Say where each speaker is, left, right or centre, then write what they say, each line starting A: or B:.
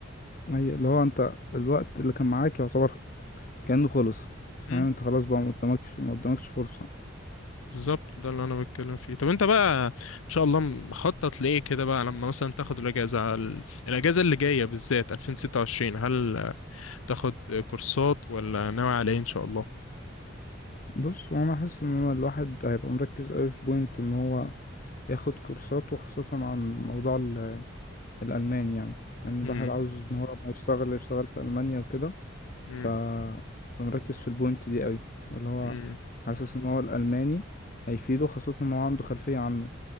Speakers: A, on the left (about 40°); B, on the left (about 85°).
A: هي اللي هو أنت الوقت اللي كان معاك يعتبر كأنه خلص
B: مم،
A: فاهم أنت خلاص بقى ما قدامكش ما قدامكش فرصة
B: بالظبط ده اللي انا بتكلم فيه طب انت بقى ان شاء الله مخطط ليه كده بقى لما مثلا تاخد الاجازة على الف- الاجازة اللي جاية بالذات 2026 هل تاخد كورسات ولا ناوي على ايه ان شاء
A: بص وانا حاسس ان انا الواحد هيبقى مركز قوي في بوينت ان هو ياخد كورسات وخاصة عن موضوع ال- الالمان يعني يعني الواحد
B: الله
A: عاوز ان هو لما يشتغل يشتغل في المانيا وكده
B: مم.
A: ف فمركز في البوينت دي قوي اللي هو
B: مم.
A: حاسس ان هو الالماني هيفيده خاصة ان هو عنده خلفية عنه